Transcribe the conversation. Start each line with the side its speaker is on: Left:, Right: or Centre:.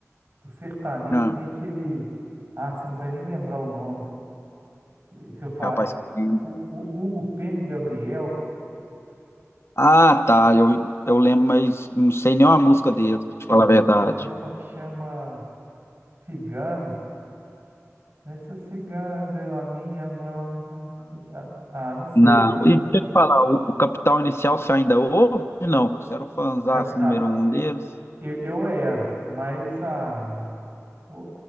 Right: do sertanejo
Left: Não,
Right: tem aquele. Ah, você não vai nem lembrar o nome. E Se eu falar.
Left: capaz
Right: é,
Left: que tem.
Right: o, o Hugo Pena e Gabriel
Left: Ah, tá. Eu, eu lembro, mas não sei nem uma música deles, pra te falar a verdade.
Right: tem uma que chama Cigana. Essa cigana deu a minha mão. Ah, ah, não sei.
Left: Não. E deixa eu te falar, o, o Capital Inicial você ainda ouve? Não. Você era o fãzaço
Right: Captar.
Left: número um deles?
Right: Eu, eu era, mas ah, o-